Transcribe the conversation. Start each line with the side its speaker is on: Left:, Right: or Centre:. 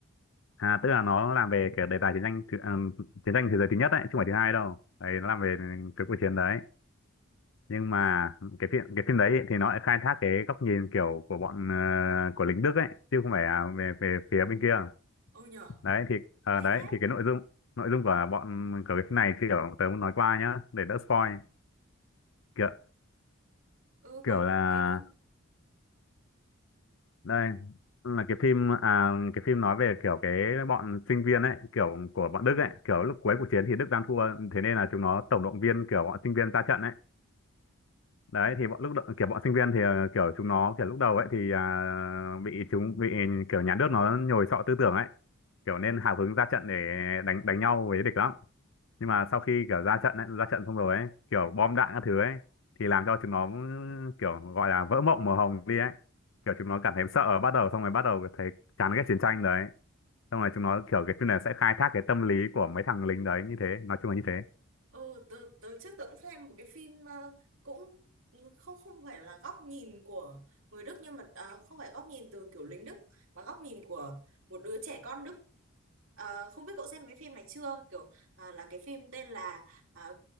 Left: à tức là nó làm về cái đề tài chiến tranh thứ- ờ, chiến tranh thế giới thứ nhất đấy chứ không phải thứ hai đâu đấy nó làm về cái cuộc chiến đấy nhưng mà
Right: Ờ,
Left: cái phim cái phim đấy ý, thì nó lại khai thác cái góc nhìn kiểu của bọn ờ, của lính Đức ấy chứ không phải là về về phía bên kia
Right: ừ nhở,
Left: đấy thì ờ,
Right: hay
Left: đấy
Right: thế.
Left: thì cái nội dung nội dung của bọn của cái phim này kiểu tớ muốn nói qua nhá để đỡ spoil kiểu
Right: Ừ,
Left: kiểu
Right: cậu
Left: là
Right: kể đi.
Left: đây là cái phim à cái phim nói về kiểu cái bọn sinh viên ấy kiểu của bọn Đức ấy kiểu lúc cuối cuộc chiến thì Đức đang thua thế nên là chúng nó tổng động viên kiểu bọn sinh viên ra trận ấy đấy thì bọn lúc đ- kiểu bọn sinh viên thì ờ, kiểu chúng nó kiểu lúc đầu ấy thì à, bị chúng bị kiểu nhà nước nó nhồi sọ tư tưởng ấy kiểu nên hào hứng ra trận để đánh đánh nhau với địch lắm nhưng mà sau khi kiểu ra trận ấy, ra trận xong rồi ấy kiểu bom đạn các thứ ấy thì làm cho chúng nó kiểu gọi là vỡ mộng màu hồng đi ấy kiểu chúng nó cảm thấy sợ bắt đầu xong rồi bắt đầu thấy chán ghét chiến tranh đấy xong rồi chúng nó kiểu cái phim này sẽ khai thác cái tâm lý của mấy thằng lính đấy như thế nói chung là như thế
Right: Ừ, tớ, tớ trước tớ cũng xem một cái phim ờ, cũng không không phải là góc nhìn của người Đức nhưng mà ờ, không phải góc nhìn từ kiểu lính Đức mà góc nhìn của một đứa trẻ con Đức. Ờ, không biết cậu xem cái phim này chưa? Kiểu ờ, là cái phim tên là ờ,